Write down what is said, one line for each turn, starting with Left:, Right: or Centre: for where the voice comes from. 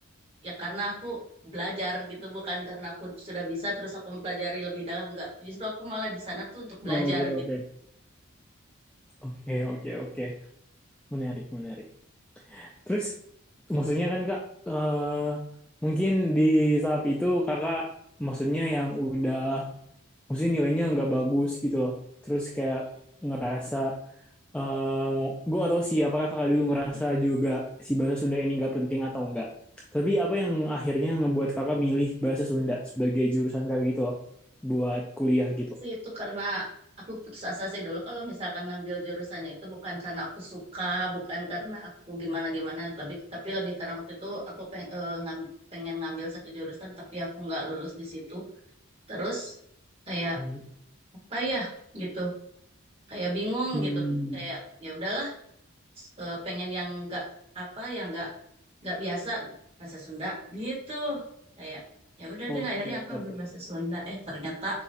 Right: ya karena aku belajar gitu bukan karena aku sudah bisa terus aku mempelajari lebih dalam enggak justru aku malah di sana tuh untuk belajar
Centre: Oke, oke. oke, oke, oke, menarik, menarik. Terus maksudnya kan Kak eh, mungkin di tahap itu Kakak maksudnya yang udah maksudnya nilainya nggak bagus gitu loh. Terus kayak ngerasa eh gue gak tahu sih apakah Kakak dulu ngerasa juga si bahasa Sunda ini nggak penting atau enggak. Tapi apa yang akhirnya ngebuat Kakak milih bahasa Sunda sebagai jurusan Kakak gitu loh buat kuliah gitu.
Right: sih itu karena aku putus asa sih dulu kalau misalkan ngambil jurusannya itu bukan karena aku suka, bukan karena aku gimana-gimana, tapi tapi lebih karena waktu itu aku peng, eh, ngam- pengen ngambil satu jurusan tapi aku nggak lulus di situ. Terus kayak
Centre: Hmm,
Right: apa ya gitu, kayak bingung
Centre: Hmm,
Right: gitu. Kayak ya udahlah eh, pengen yang nggak apa yang nggak nggak biasa bahasa Sunda gitu kayak ya udah
Centre: oke,
Right: deh akhirnya aku
Centre: oke.
Right: ambil bahasa Sunda eh ternyata